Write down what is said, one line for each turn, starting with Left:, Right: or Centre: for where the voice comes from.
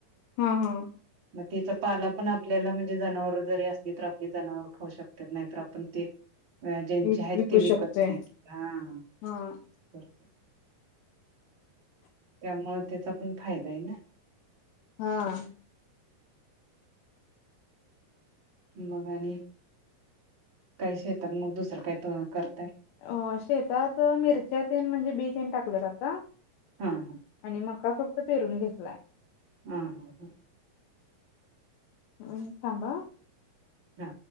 Left: हा हा
Right: मग त्यािचा पाला पण आपल्याला म्हणजे जनावर जरी असली तर आपली जनावर खाऊ शकतो नाहीतर आपण ते ज्यांचे
Left: विक
Right: आहेत
Left: विकू
Right: ते विकत
Left: शकतोय
Right: घ्या हा
Left: हा
Right: करते त्यामुळे त्याचा पण फायदा आहे ना
Left: हा
Right: मग आणि काहीच येतात मग दुसरं काही करतय
Left: अ शेतात मिरच्या तेन म्हणजे बी तेन टाकले जातता
Right: हा हा
Left: आणि मका फक्त पेरून घेतलाय
Right: हां ह ह
Left: आहे थांबा.
Right: हा.